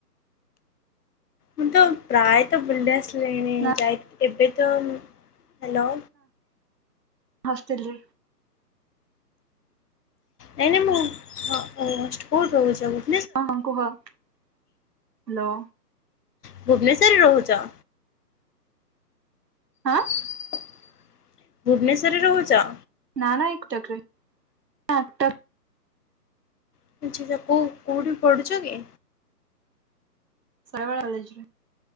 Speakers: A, on the left (about 65°); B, on the right (about 80°).
A: ମୁଁ ତ ପ୍ରାୟତ ବୁଲି ଆସିଲିଣି
B: ନା
A: ଯାଇ ଏବେ ତ ହାଲୋ।
B: ହଷ୍ଟେଲ ରେ।
A: ନାଇଁ ନାଇଁ ମୁଁ ହ ଅ ସ୍କୁଲ୍ ରହୁଚି ଏବେ।
B: ହଁ ହଁ କୁହ ହ୍ୟାଲୋ।
A: ଭୁବନେଶ୍ୱରରେ ରହୁଚ।
B: ହଁ।
A: <inaudible> ଭୁବନେଶ୍ଵରରେ ରହୁଚ।
B: ନା ନା ଏ କଟକ ରେ <unintelligible>
A: <unintelligible> କୁ କୋଉଠି ପଢୁଛ କି?
B: <unintelligible> କଲେଜ୍ ରେ।